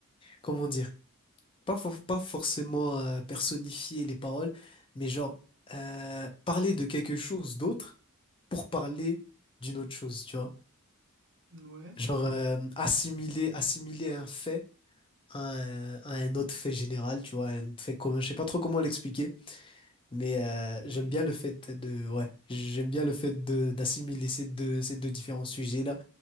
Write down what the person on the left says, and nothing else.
comment dire, pas, for- pas forcément euh, personnifier les paroles, mais genre euh, parler de quelque chose d'autre pour parler d'une autre chose, tu vois.
Genre
euh, assimiler, assimiler un fait à un, à un autre fait général, tu vois, un autre fait commun. Je sais pas trop comment l'expliquer, mais euh,
j'aime
bien le fait de, ouais, j'aime bien le fait de d'assimiler ces deux, ces deux différents sujets-là,